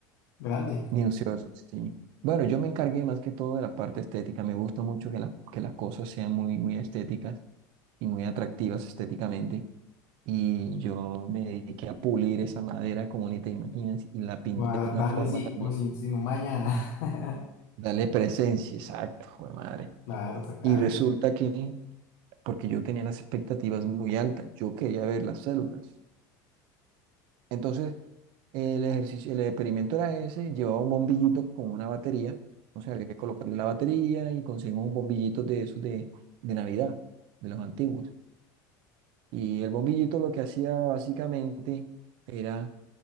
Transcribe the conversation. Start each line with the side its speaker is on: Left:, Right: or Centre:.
Left: grande.
Right: Ni Minucioso, sí. Bueno, yo me encargué más que todo de la parte estética. Me gusta mucho que, la- que las cosas sean muy, muy estéticas y muy atractivas estéticamente. Y yo me dediqué a pulir esa madera como ni te imaginas y la pinté
Left: Va a
Right: de una
Left: darle
Right: forma
Left: sí,
Right: también,
Left: como sin, sin un mañana. <laughs>
Right: Dale presencia, exacto, jue madre.
Left: Claro, toca
Right: Y resulta
Left: hacer.
Right: que, porque yo tenía las expectativas muy altas, yo quería ver las células. Entonces, el ejercicio, el experimento era ese, llevaba un bombillito con una batería, entonces había que colocarle la batería y conseguimos un bombillito de esos de, de Navidad, de los antiguos. Y el bombillito lo que hacía básicamente era